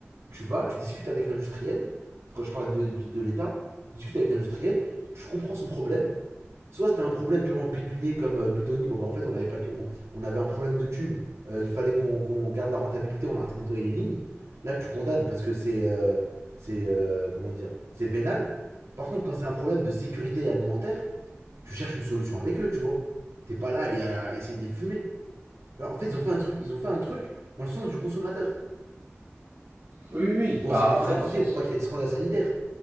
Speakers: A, on the right; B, on the right.
A: tu vas, tu discutes avec l'industriel. Quand je parle de, de- de l'État, tu discutes avec l'industriel, tu comprends son problème Soit c'était un problème purement pécunier comme euh, Butoni, bon bah en fait on avait, pas de- on, on avait un problème de thunes, Euh, il fallait qu'on qu'on garde la rentabilité, on a arrêté de nettoyer les lignes. Là tu condamnes parce que c'est. euh, c'est. euh, comment dire C'est vénal. Par contre, quand c'est un problème de sécurité alimentaire, tu cherches une solution avec eux, tu vois. T'es pas là à, les- à essayer de les fumer. Alors, en fait, ils ont fait un truc, ils ont fait un truc dans le sens du consommateur.
B: Oui, oui, oui.
A: Bon,
B: Bah
A: c'est- ils l'ont
B: après,
A: fait dans leur
B: dans
A: souci
B: le sens,
A: pour pas qu'il y ait de scandale sanitaire.